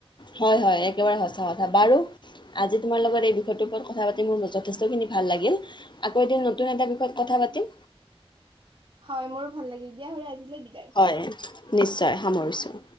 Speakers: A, on the left; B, on the right.
A: হয় হয়, একেবাৰে সঁচা কথা বাৰু- আজি তোমাৰ লগত এই বিষয়টোৰ ওপৰত কথা পাতি মোৰ যথেষ্টখিনি ভাল লাগিল। আকৌ এদিন নতুন এটা বিষয়ত কথা পাতিম।
B: হয়, মোৰো ভাল লাগিল দিয়া হলে আজিলৈ বিদায়।
A: হয়, নিশ্চয় সামৰিছোঁ।